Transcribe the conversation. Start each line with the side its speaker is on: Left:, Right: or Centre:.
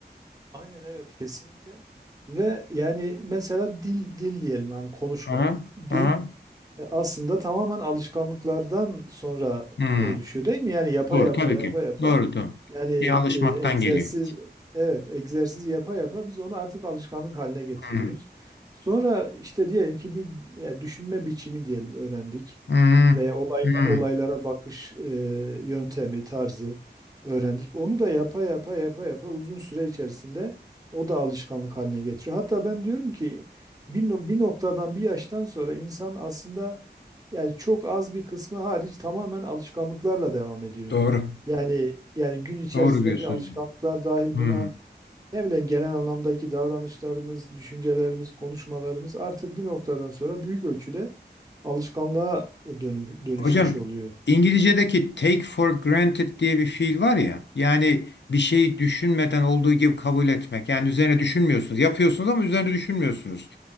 Right: Aynen evet kesinlikle. Ve yani mesela dil dil diyelim yani konuşmak.
Left: Aha,
Right: Dil
Left: aha.
Right: E, Aslında tamamen alışkanlıklardan sonra
Left: Hmm.
Right: oluşuyor değil mi? Yani yapa
Left: Doğru
Right: yapa
Left: tabii
Right: yapa
Left: ki.
Right: yapa
Left: Doğru doğru.
Right: yani
Left: Bir şeye alışmaktan
Right: e, egzersiz
Left: geliyor.
Right: evet egzersiz yapa yapa biz onu artık alışkanlık haline getiriyoruz.
Left: Hmm.
Right: Sonra işte diyelim ki bir ya düşünme biçimi diyelim öğrendik
Left: Hmm.
Right: veya olay,
Left: Hmm.
Right: olaylara bakış e, yöntemi tarzı öğrendik. Onu da yapa yapa yapa yapa uzun süre içerisinde o da alışkanlık haline getiriyor. Hatta ben diyorum ki bir, no- bir noktadan bir yaştan sonra insan aslında yani çok az bir kısmı hariç tamamen alışkanlıklarla devam ediyor.
Left: Doğru.
Right: Yani yani gün içerisindeki
Left: Doğru diyorsunuz.
Right: alışkanlıklar dahil
Left: Hmm.
Right: buna ne bileyim genel anlamdaki davranışlarımız, düşüncelerimiz, konuşmalarımız artık bir noktadan sonra büyük ölçüde alışkanlığa dönüm- dönüşmüş
Left: Hocam
Right: oluyor.
Left: İngilizce'deki take for granted diye bir fiil var ya yani bir şeyi düşünmeden olduğu gibi kabul etmek yani üzerine düşünmüyorsunuz yapıyorsunuz ama üzerine düşünmüyorsunuz.